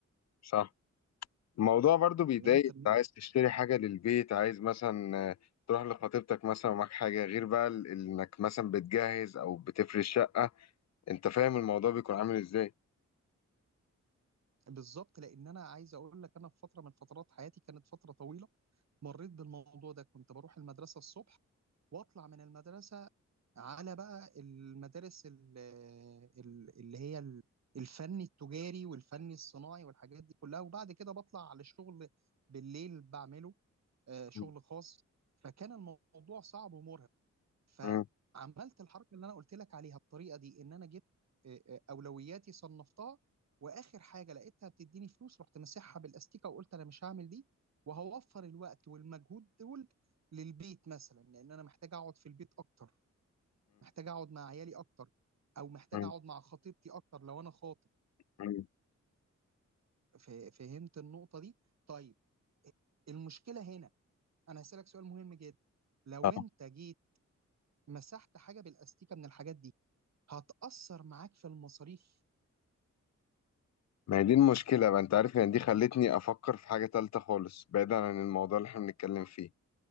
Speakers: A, on the left; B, on the right.
A: صح الموضوع برضو بيضايق
B: فهمت
A: انت عايز تشتري حاجة للبيت عايز مثلا آه، تروح لخطيبتك مثلا ومعاك حاجة غير بقى ال- انك مثلا بتجهز او بتفرش شقة انت فاهم الموضوع بيكون عامل ازاي
B: بالظبط لان انا عايز اقول لك انا في فتره من فترات حياتي كانت فتره طويله مريت بالموضوع ده كنت بروح المدرسه الصبح واطلع من المدرسه على بقى المدارس ال- ال- اللي هي ال- الفني التجاري والفني الصناعي والحاجات دي كلها وبعد كده بطلع على شغل بالليل بعمله آه، شغل
A: مم.
B: خاص فكان الموضوع صعب ومرهق فعملت
A: مم.
B: الحركه اللي انا قلت لك عليها بالطريقه دي ان انا جبت آه، آه، اولوياتي صنفتها واخر حاجه لقيتها بتديني فلوس رحت مسحها بالاستيكه وقلت انا مش هعمل دي وهوفر الوقت والمجهود دول للبيت مثلا لان انا محتاج اقعد في البيت اكتر محتاج اقعد مع عيالي اكتر او محتاج
A: مم.
B: اقعد مع خطيبتي اكتر لو انا خاطب
A: مم.
B: ف- فهمت النقطه دي طيب المشكله هنا انا هسألك سؤال مهم جدا لو
A: اه
B: انت جيت مسحت حاجه بالاستيكه من الحاجات دي هتاثر معاك في المصاريف
A: ما هي دي المشكلة بقى انت عارف يعني دي خلتني افكر في حاجة تالتة خالص بعيدا عن الموضوع اللي احنا بنتكلم فيه